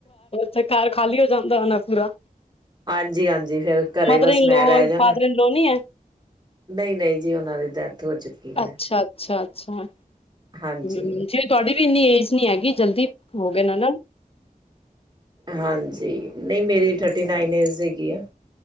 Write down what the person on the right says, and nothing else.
ਹਾਂਜੀ, ਹਾਂਜੀ ਫੇਰ ਘਰੇ
ਬਸ
ਮੈਂ
ਰਹਿ ਜਾਣਾ।
ਨਈ ਨਈ ਜੀ ਉਹਨਾਂ ਦੀ ਡੈਥ ਹੋ ਚੁੱਕੀ ਹੈ
ਹਾਂਜੀ
ਹਾਂਜੀ, ਨਹੀਂ ਮੇਰੀ ਥਰਟੀ ਨਾਈਨ ਏਜ ਹੈਗੀ ਐ।